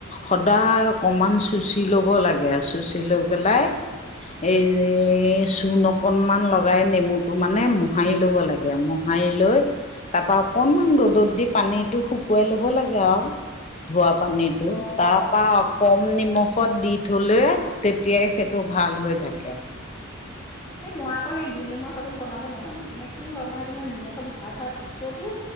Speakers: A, on the left (about 35°); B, on the left (about 20°).
A: সদায় অকনমান চুচি লব লাগে চুচি লৈ পেলাই এই, চূণ অকণমান লগাই নেমুটো মানে মোহাৰি ল'ব লাগে মোহাৰি লৈ তাৰ পৰা অকণমান ৰ'দত দি পানীটো শুকুৱাই ল'ব লাগে আৰু। ধোৱা পানীটো
B: অঁ
A: তাৰপা কম নিমখত দি থলে তেতিয়াই সেইটো ভাল হৈ থাকে।
B: সেই মই আকৌ সেই গোল নেমু আচাৰটো বনাব নাজানো মানে কি হয় মই সেইটো মানে নিমখত শুখাই থোৱাৰ পিছতো